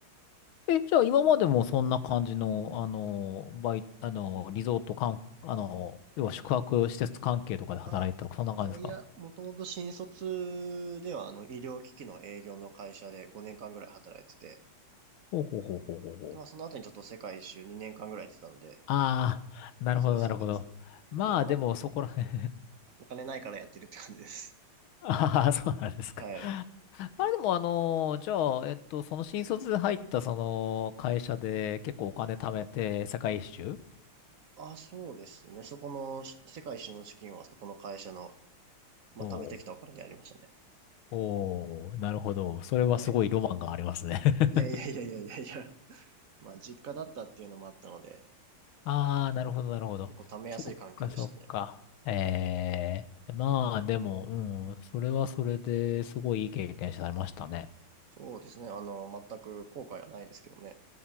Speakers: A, on the left; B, on the right.
A: え、じゃあ今までもそんな感じの、あの、バイ、あの、リゾート関あの、要は宿泊施設関係とかで働いてたとか、
B: あ、
A: そんな感じですか
B: いやいや、もともと新卒ではあの医療機器の営業の会社で5年間ぐらい働いてて、
A: ほうほうほうほうほうほう。
B: で、まあその後にちょっと世界一周2年間ぐらい行ってたので、
A: ああ、なるほど、
B: そうです、
A: なるほど。
B: そうです。で、
A: まあ、
B: 今お、
A: でも、そこら辺
B: お金ないからやってるって感じです。
A: <laughs> ああ、そうなんですか。
B: <laughs> はい。
A: <laughs> あれでも、あの、じゃあ、えっと、その新卒で入った、その、会社で結構お金貯めて、世界一周
B: あ、そうですね。そこのし世界一周の資金はそこの会社の、まあ貯めてきたお金でありましたね。
A: をおー、なるほど。それはすごいロマンがありますね。
B: はい。
A: <laughs>
B: いやいやいやいやいやいや。<laughs> まあ実家だったっていうのもあったので、
A: あー、なるほど、なるほど。
B: 結構貯めやすい環境でしたね。
A: そっか、そっか。えー、まあ、でも、うん、それはそれですごいいい経験されましたね。
B: そうですね。あの、全く後悔はないですけどね。